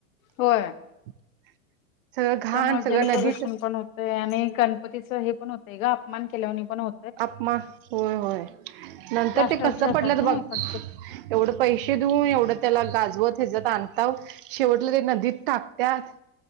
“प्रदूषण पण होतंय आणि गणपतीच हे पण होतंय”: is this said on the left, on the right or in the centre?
Left